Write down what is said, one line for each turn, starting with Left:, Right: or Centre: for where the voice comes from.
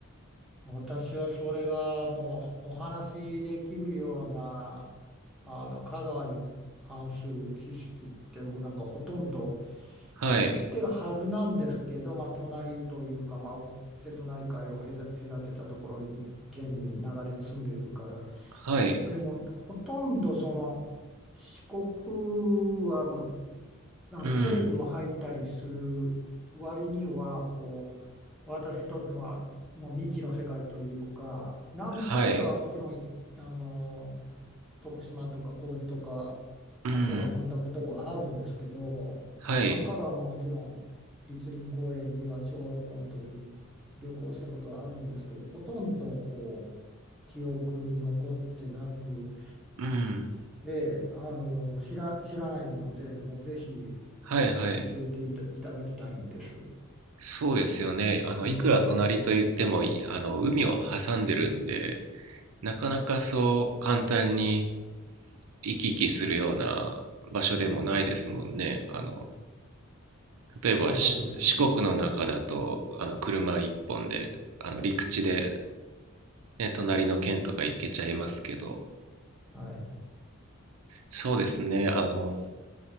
Centre: 私はそれがもうお話しできるような、あの、香川に関する知識ってもうなんかほとんど知っ
Right: はい、
Centre: てるはずなんですけど、まあ、隣というか、まあ、瀬戸内海を隔隔てたところに、県に長年住んでいるから、
Right: はい、
Centre: でも、ほとんどその、四国は、まあ、あの、
Right: うん、
Centre: テレビも入ったりする割には、こう、私にとってはもう未知の世界というか何回かはもちろんいあの
Right: はい、
Centre: 徳島とか高知とか
Right: うん、
Centre: 足を運んだことがあるんですけど、
Right: はい、
Centre: まあ、香川ももちろん栗林公園には小学校の時に旅行したことはあるんですけどほとんどこう記憶に残ってなく
Right: うん、
Centre: であの知ら、知らないのでもうぜひ
Right: はい、はい。
Centre: 教えていた、いただきたいんです。
Right: そうですよね。あの、
Centre: うん、
Right: いくら隣と言っても、いあの、海を挟んでるんで、なかなかそう簡単に行き来するような場所でもないですもんね。あの、例えばし四国の中だと、
Centre: そうなんですよね。
Right: あの、車一本で、あの、陸地で、ね、隣の県とか行けちゃいますけど、
Centre: はい。
Right: そうですね。あの、